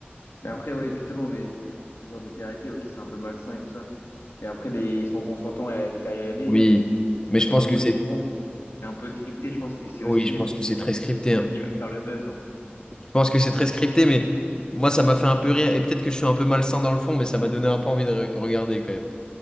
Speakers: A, on the left (about 85°); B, on the left (about 20°).
A: Mais après, ouais, justement, mais ce genre de télé-réalité, ok, c'est un peu malsain et tout ça. Mais après, les, ils sont consentants à, y aller, à y aller. Ils,
B: Oui. Mais
A: à
B: je
A: partir
B: pense
A: du
B: que
A: moment où
B: c'est.
A: ils y vont, c'est un peu scripté, je pense. Et c'est
B: Oui,
A: aussi,
B: je pense
A: euh,
B: que c'est très scripté.
A: ils,
B: hein.
A: ils veulent faire le buzz. hein.
B: Je pense que c'est très scripté, mais moi, ça m'a fait un peu rire. Et peut-être que je suis un peu malsain dans le fond, mais ça m'a donné un peu envie de re- regarder quand même.